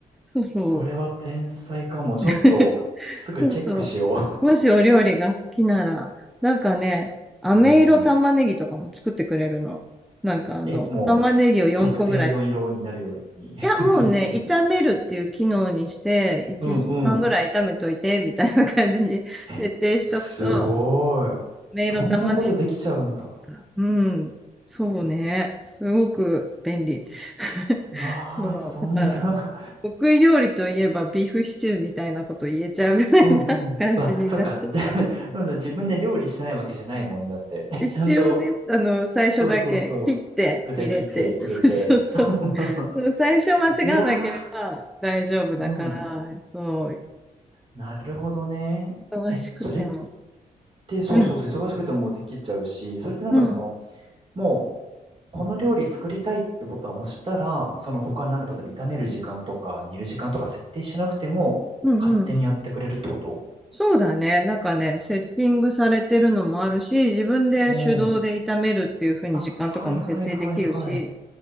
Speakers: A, in the centre; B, on the right.
A: そうそう。
B: それは天才かも。ちょっと、
A: <laughs>
B: すぐチェックしよ
A: そうそう。もしお料理が好きなら、なんかね、飴色玉ねぎとかも作ってくれるの。
B: う。<laughs> うん。
A: なんかあの、
B: <laughs> え、もう、
A: 玉ねぎを4個ぐらい
B: 特定の色になるように。
A: いや、もうね、
B: <laughs>
A: 炒めるっていう機能にして、1時間ぐらい炒めといて、
B: うんうん。
A: みたいな感じに <laughs>
B: えすごい。
A: 設定しとくと、メイロ玉ねぎ
B: そんなことできちゃうんだ。
A: から。うん。そうね。すごく便利。<laughs>
B: うわーそんな
A: そう、だから、得意料理といえばビーフシチューみたいなこと言えちゃうぐらいな感じになっちゃう。
B: <laughs> うんうん。うわ、そうか。で、でもさ、自分で料理してないわけじゃないもんね、だって。<laughs>
A: 一応ね、
B: ちゃんと、
A: あの、最初だけ切って入れて、
B: そうそうそう。具材切って入れて、
A: <laughs> そうそう。
B: そう。<laughs>
A: 最初間違わなければ大丈夫だから、
B: うわーうん。
A: そう。
B: なるほどね。
A: 忙しくても。
B: え、それって、そうそうそう、
A: うん。
B: 忙しくてもできちゃうし、それってなんかその、
A: うん。
B: もう、この料理作りたいってボタンを押したら、その他なんか例えば炒める時間とか煮る時間とか設定しなくても勝手にやってくれるってこと
A: うんうん。そうだね。なんかね、セッティングされてるのもあるし、自分で手動で炒めるっていう風に時間とかも設定できるし、
B: うん。あ、はいはいはいはい。